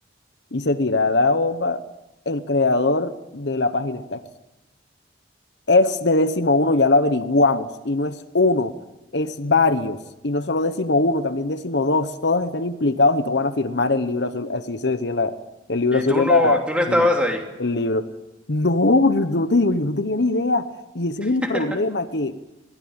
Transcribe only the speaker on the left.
y se tira la bomba. El creador de la página está aquí. Es de décimo uno, ya lo averiguamos, y no es uno, es varios, y no solo décimo uno, también décimo dos, todos están implicados y todos van a firmar el libro azul, así se decía la- el libro
azul,
era
el,
el libro. No, yo, yo no te digo, yo no tenía ni idea. Y ese es el
problema, que